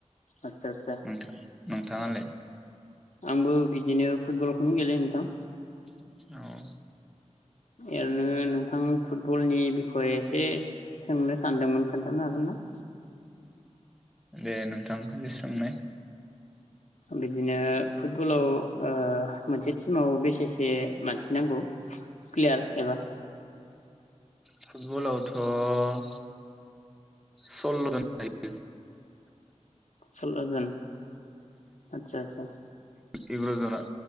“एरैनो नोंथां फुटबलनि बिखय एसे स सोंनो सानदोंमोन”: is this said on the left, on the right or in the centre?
Left